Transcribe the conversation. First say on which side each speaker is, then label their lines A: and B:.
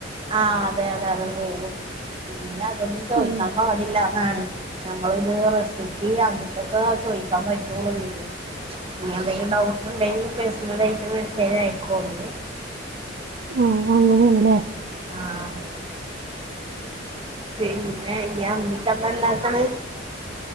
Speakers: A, on the right; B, on the right.
A: ആഹ് അതെ അതെ അതെ അത് പോകും ഇതിന് അതൊന്നും ചോദിക്കാൻ
B: ആഹ്
A: പാടില്ല ആണ് നമ്മളിത് റെസിപ്പി അങ്ങൻതൊക്കെ ചോയിക്കാൻ പറ്റുള്ളു ഇതില് ഇനി എന്തെങ്കിലും ഡൗട്ട് ഉണ്ടെങ്കിൽ പേഴ്സണൽ ആയിട്ട് മെസ്സേജ് ആയക്കോ നി
B: ആഹ് അങ്ങനെയാണല്ല
A: ആഹ് പിന്നെ ഇയ്യ് അമ്മിക്കലില്ല ഇണ്ടാക്കണ്